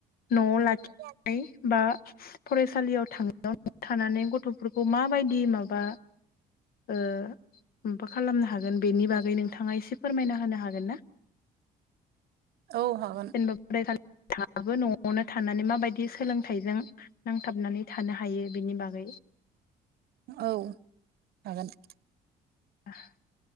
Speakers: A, on the left (about 60°); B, on the right (about 65°).
A: न'आव लाखि
B: <unintelligible>
A: बि बा फरायसालियाव थां थानानै गथ'फोरखौ माबायदि माबा ओ मा खालामनो हागोन बेनि बागै नोंथाङा एसे फोरमायना होनो हागोन ना
B: औ हागोन
A: जेनेबा फरायसालिफ्राबो न'आवनो थानानै माबायदि सोलोंथाइजों नांथाबनानै थानो हायो बेनि बागै
B: औ हागोन।
A: <inaudible>